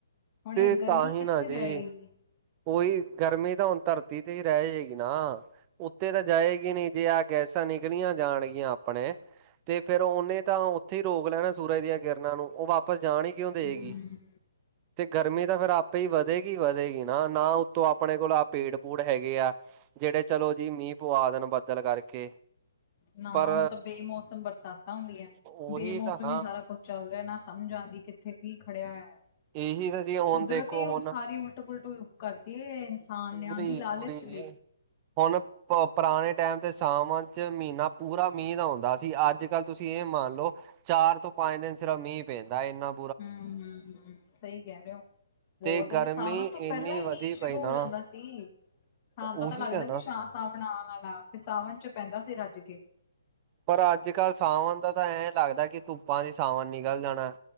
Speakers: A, on the left; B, on the right.
A: ਹੁਣ
B: ਤੇ
A: ਇਹ ਗਰਮੀ
B: ਤਾਂ ਹੀ
A: ਕਿੱਥੇ
B: ਨਾ ਜੀ
A: ਜਾਏਗੀ?
B: ਉਹੀ ਗਰਮੀ ਤਾਂ ਹੁਣ ਧਰਤੀ ਤੇ ਏ ਰਹਿ ਗੀ ਨਾ। ਉੱਤੇ ਤਾਂ ਜਾਏਗੀ ਨੀ ਜੇ ਆ ਗੈਸਾਂ ਨਿਕਲੀਆਂ ਜਾਣਗੀਆਂ ਆਪਣੇ ਤੇ ਫਿਰ ਉਹਨੇ ਤਾਂ ਉੱਥੇ ਈ ਰੋਕ ਲੈਣਾ ਸੂਰਜ ਦੀਆਂ ਕਿਰਨਾਂ ਨੂੰ ਉਹ ਵਾਪਸ ਜਾਣ ਈ ਕਿਉਂ ਦੇਗੀ
A: ਹਮ
B: ਤੇ ਗਰਮੀ ਤਾਂ ਫਿਰ ਆਪੇ ਹੀ ਵਧੇਗੀ ਵਧੇਗੀ ਨਾ ਨਾ ਉਹ ਤੋਂ ਆਪਣੇ ਕੋਲ ਆ ਪੇੜ ਪੂੜ ਹੈਗੇ ਆ ਜਿਹੜੇ ਚਲੋ ਜੀ ਮੀਂਹ ਪਵਾ ਦੇਣ ਬੱਦਲ ਕਰਕੇ
A: ਨਾ
B: ਪਰ
A: ਹੁਣ ਤਾਂ ਬੇਮੌਸਮ ਬਰਸਾਤਾਂ ਹੁੰਦੀਆਂ
B: ਉਹੀ
A: ਬੇਮੌਸਮ
B: ਤਾਂ ਨਾ
A: ਹੀ ਸਾਰਾ ਕੁਛ ਚੱਲ ਰਿਹਾ ਨਾ ਸਮਝ ਆਂਦੀ ਕਿੱਥੇ ਕੀ ਖੜਿਆ ਹੋਇਆ।
B: ਇਹੀ ਤਾਂ ਜੀ ਹੁਣ
A: ਕੁਦਰਤ
B: ਦੇਖੋ
A: ਈ
B: ਹੁਣ
A: ਸਾਰੀ ਉਲਟ ਪੁਲਟ ਕਰਤੀ ਏ ਹਾ
B: ਪੂਰੀ
A: ਨਿਆ ਦੀ ਲਾਲਚ
B: ਪੂਰੀ ਜੀ
A: ਲਈ
B: ਹੁਣ ਪ ਪੁਰਾਣੇ ਟਾਈਮ ਤੇ ਸਾਵਣ ਚ ਮਹੀਨਾ ਪੂਰਾ ਮੀਂਹ ਦਾ ਹੁੰਦਾ ਸੀ। ਅੱਜ ਕੱਲ੍ਹ ਤੁਸੀਂ ਇਹ ਮੰਨ ਲਓ ਚਾਰ ਤੋਂ ਪੰਜ ਦਿਨ ਸਿਰਫ ਮੀਂਹ ਪੈਂਦਾ ਇਨ੍ਹਾਂ
A: ਹੂੰ ਹੂੰ ਸਹੀ ਕਹਿ ਰਹੇ ਓ। ਬਹੁਤ
B: ਤੇ ਗਰਮੀ
A: ਨੇ ਸਾਵਣ ਤੋਂ ਪਹਿਲਾਂ
B: ਇੰਨੀ
A: ਈ ਮੀਹ
B: ਵਧੀ
A: ਸ਼ੁਰੂ
B: ਪਈ ਨਾ
A: ਹੋ ਜਾਂਦਾ ਸੀ। ਹਾਂ
B: ਉਹੀ
A: ਪਤਾ ਲੱਗਦਾ
B: ਤਾਂ ਨਾ
A: ਸੀ ਸ਼ਾ ਸਾਵਣ ਆਣ ਆਲਾ ਫਿਰ ਸਾਵਣ ਚ ਪੈਂਦਾ ਸੀ ਰੱਜ ਕੇ।
B: ਪਰ ਅੱਜ ਕੱਲ੍ਹ ਸਾਵਣ ਦਾ ਤਾਂ ਐਂ ਲੱਗਦਾ ਕਿ ਧੁੱਪਾਂ ਚ ਸਾਵਣ ਨਿਕਲ ਜਾਣਾ।